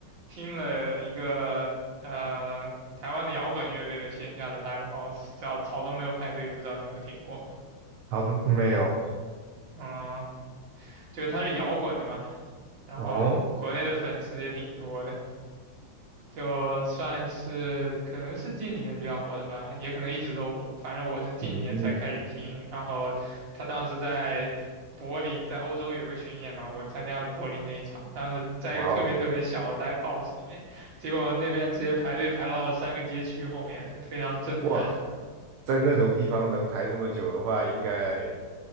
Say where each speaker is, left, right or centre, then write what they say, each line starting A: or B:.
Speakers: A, on the right; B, on the right.
A: 听了一个呃台湾的摇滚乐队的线下的 live house，叫草东没有派对，不知道你有没有听过？
B: 好的，没有
A: 嗯，就是它是摇滚的嘛，然后国国内的粉丝也挺多的。
B: 哦，
A: 就算是可能是近几年比较火的吧，也可能一直都火。反正我是近几年才开始听，
B: 嗯，
A: 然后他当时在柏林，在欧洲有个巡演嘛，我参加了柏林那一场，当时在一个特别特别小的
B: 哇哦。
A: live house 里面，结果那边直接排队排到了三个街区后面，非常震撼。
B: 哇，在那种地方能排这么久的话，应该